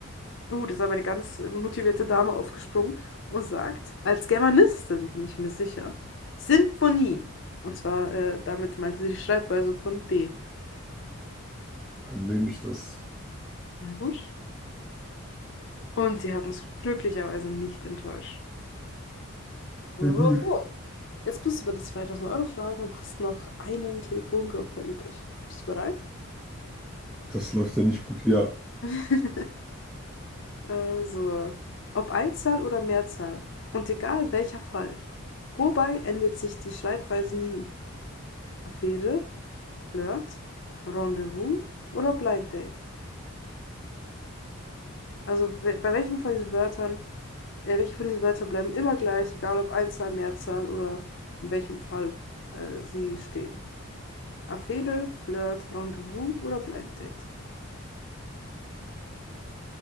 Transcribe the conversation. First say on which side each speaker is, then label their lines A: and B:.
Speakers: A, on the left; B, in the centre.
A: Uh, das ist aber eine ganz motivierte Dame aufgesprungen und sagt, als Germanistin bin ich mir sicher, Sinfonie. Und zwar, äh, damit meinte sie die Schreibweise von D.
B: Dann nehme ich das.
A: Na gut. Und sie hat uns glücklicherweise nicht enttäuscht. So,
B: Ja, gut.
A: so. so. Jetzt bist du bei der 2000-Euro-Frage und hast noch einen Telefonjoker übrig. Bist du bereit?
B: Das läuft ja nicht gut. Ja.
A: <laughs> Äh, so. Ob Einzahl oder Mehrzahl. Und egal welcher Fall. Wobei ändert sich die Schreibweise nie? Affäre, Flirt, Rendezvous oder Blind Date? Also we- bei welchem von diesen Wörtern, äh, welche von diesen Wörtern bleiben immer gleich, egal ob Einzahl, Mehrzahl oder in welchem Fall äh, sie stehen? Affäre, Flirt, Rendezvous oder Blind Date?